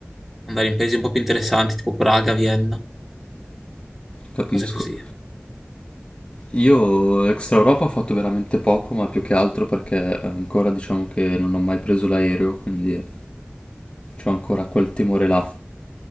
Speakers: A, in the centre; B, on the left (about 20°).
A: andare in paesi un po' più interessanti, tipo Praga, Vienna,
B: capisco.
A: cose così.
B: Io extra Europa ho fatto veramente poco, ma più che altro perché ancora diciamo che non ho mai preso l'aereo, quindi ho ancora quel timore là.